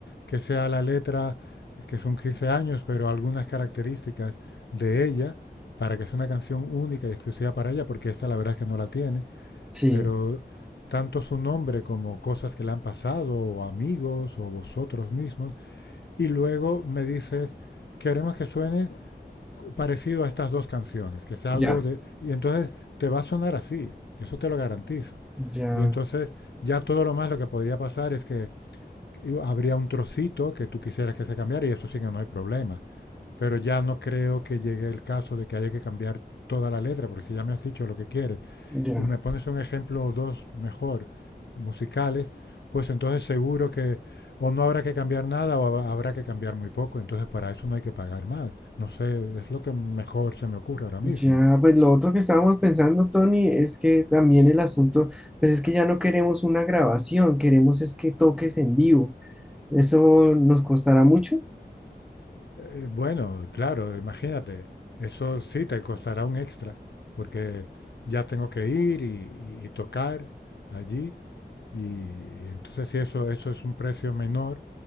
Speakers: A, on the left; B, in the centre.
A: que sea la letra, que son 15 años, pero algunas características de ella, para que sea una canción única y exclusiva para ella, porque esta la verdad es que no la tiene,
B: sí,
A: pero tanto su nombre como cosas que le han pasado, o amigos, o vosotros mismos, y luego me dices, queremos que suene parecido a estas dos canciones, que sea algo
B: ya,
A: de... Y entonces te va a sonar así, eso te lo garantizo.
B: ya,
A: Y entonces ya todo lo más lo que podría pasar es que habría un trocito que tú quisieras que se cambiara y eso sí que no hay problema. Pero ya no creo que llegue el caso de que haya que cambiar toda la letra, porque si ya me has dicho lo que quieres
B: ya,
A: y me pones un ejemplo o dos mejor musicales, pues entonces seguro que o no habrá que cambiar nada o habrá que cambiar muy poco. Entonces para eso no hay que pagar más. No sé, es lo que mejor se me ocurre ahora mismo.
B: ya. Pues lo otro que estábamos pensando, Tony, es que también el asunto, pues es que ya no queremos una grabación, queremos es que toques en vivo. ¿Eso nos costará mucho?
A: Eh, bueno, claro, imagínate, eso sí te costará un extra, porque ya tengo que ir y, y- y tocar allí. Y, y entonces si eso, eso es un precio menor,